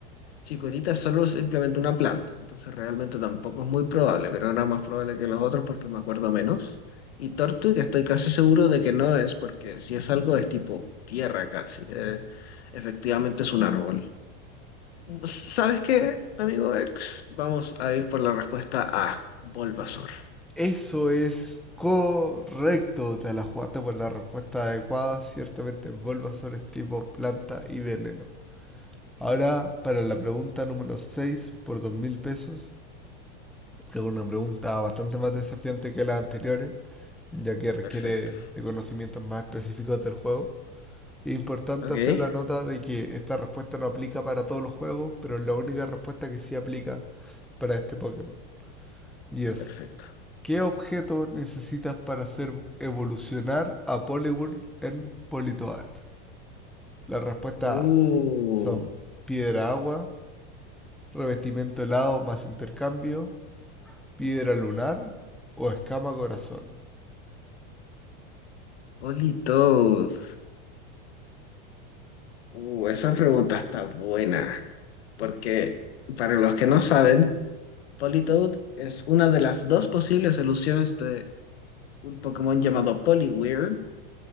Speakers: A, on the left (about 80°); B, in the centre.
A: Chikorita solo es simplemente una planta, entonces realmente tampoco es muy probable, pero era más probable que los otros porque me acuerdo menos. Y Tortwig estoy casi seguro de que no es, porque si es algo es tipo tierra casi. eh, efectivamente es un árbol. ¿Sabes qué, amigo X? Vamos a ir por la respuesta A, Bulbasaur.
B: Eso es correcto. Te la jugaste por la respuesta adecuada. Ciertamente Bulbasaur es tipo planta y veneno. Ahora para la pregunta número 6 por 2.000 pesos, que es una pregunta bastante más desafiante que las anteriores, ya que requiere
A: Perfecto.
B: de conocimientos más específicos del juego. Es importante
A: Ok,
B: hacer la nota de que esta respuesta no aplica para todos los juegos, pero es la única respuesta que sí aplica para este Pokémon. Y es,
A: perfecto.
B: ¿Qué objeto necesitas para hacer evolucionar a Poliwhirl en Politoad? Las respuestas
A: Uh,
B: A son piedra agua, revestimiento helado más intercambio, piedra lunar o escama corazón.
A: Politos. Uh, esa pregunta está buena, porque para los que no saben, Politoed es una de las dos posibles soluciones de un Pokémon llamado Poliwhirl,